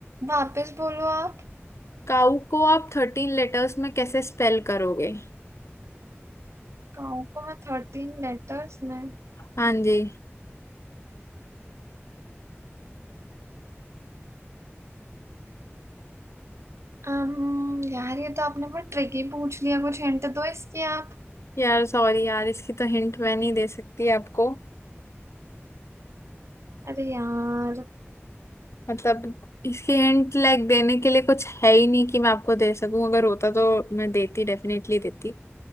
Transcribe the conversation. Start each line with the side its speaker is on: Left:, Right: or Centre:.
Right: वापस बोलो आप
Left: काउ को आप थर्टीन लेटर्स में कैसे स्पेल करोगे
Right: गाँव को मैं थर्टीन लेटर्स में
Left: हाँ जी
Right: अम्म यार ये तो आपने बहुत ट्रिकी पूछ लिया कुछ हिंट दो इसकी आप
Left: यार सॉरी यार इसकी तो हिंट मैं नहीं दे सकती आपको
Right: अरे यार
Left: मतलब इसकी हिंट लाइक देने के लिए कुछ है ही नहीं कि मैं आपको दे सकूं अगर होता तो मैं देती डेफिनेटली देती